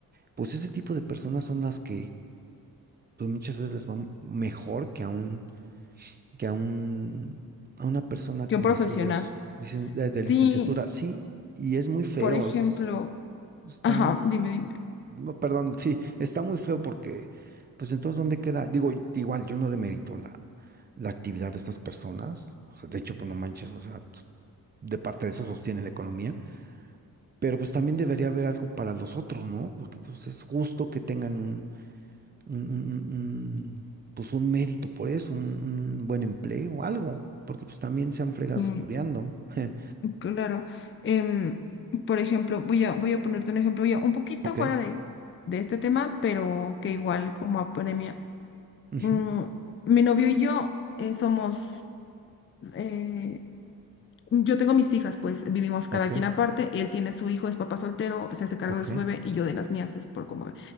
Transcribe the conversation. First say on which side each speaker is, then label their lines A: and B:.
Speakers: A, on the right; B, on the left.
A: Pues ese tipo de personas son las que pues muchas veces les va m- mejor que a un, que a un, a una persona
B: que
A: con
B: un profesional.
A: estudios licen- de, de
B: Sí,
A: licenciatura. Sí, y es muy feo,
B: por ejemplo,
A: es, está,
B: ajá, dime, dime.
A: no, perdón, <laughs> sí, está muy feo porque, pues entonces, ¿dónde queda? Digo, y- igual, yo no demerito la, la actividad de estas personas, o sea, de hecho, pues no manches, o sea, pues, de parte de eso sostiene la economía, pero pues también debería haber algo para los otros, ¿no? Porque pues es justo que tengan un, un- un- pues un mérito por eso, un, un buen empleo, o algo, porque pues también se han fregado
B: Sí.
A: estudiando. <laughs>
B: Claro. Em, por ejemplo, voy a, voy a ponerte un ejemplo ya un poquito
A: Ok,
B: fuera de, de este tema, pero que igual como apremia.
A: ujú,
B: Mm, mi novio y yo eh, somos, eh, yo tengo mis hijas, pues vivimos cada
A: ok,
B: quien aparte, él tiene su hijo, es papá soltero, se hace cargo
A: ok,
B: de su bebé y yo de las mías, es por como...